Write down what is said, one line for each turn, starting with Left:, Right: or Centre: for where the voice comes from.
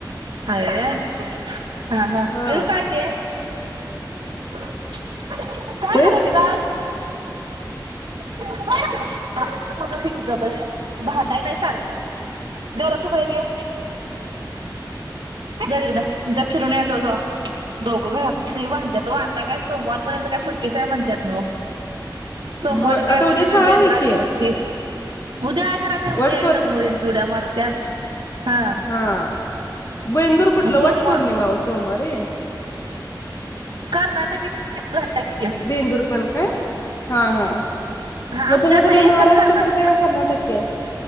Right: हाय वय हां हां
Left: हा
Right: निरु काय ते? काय
Left: ते
Right: झालं निराश? म्हणू दे की गप्प बस भांडाय नाही सारखं. जरा तू बाहिर ये. जा तिकड जा फिरून या जावा जावा दोघं घरात असलं की भांडत्यात ओ आता काय सोमवारपर्यंत काय सु सुट्टी च हाय म्हणत्यात नव्ह.
Left: <inaudible>
Right: सोमवारी काय
Left: आता
Right: वाटतं
Left: उद्या शाळा
Right: बेंदराची
Left: आहे की
Right: सुट्टी. उद्या कराल तर उद्या
Left: वट
Right: हे लग्न होईन चुड्या मारत्यात हा
Left: हां बेंदूर कुठलं
Right: सोमवार
Left: वट पौर्णिमा ओ सोमवारी.
Right: कर्नाटकी पण
Left: बेंदूर पण काय हां हां.
Right: आमच्या
Left: मग तुम्ही कुठला
Right: नाही
Left: महाराष्ट्र
Right: पण कर्नाट
Left: करताय का कर्नाटकी?